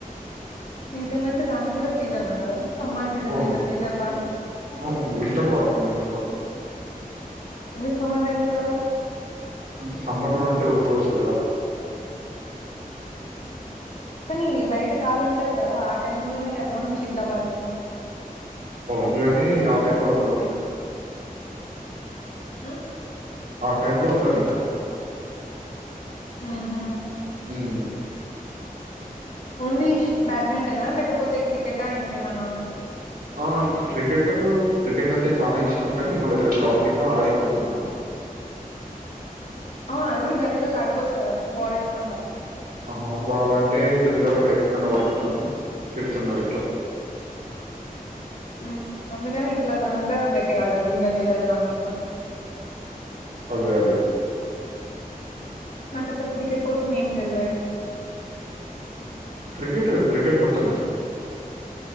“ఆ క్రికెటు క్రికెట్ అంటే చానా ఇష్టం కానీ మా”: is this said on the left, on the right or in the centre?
Right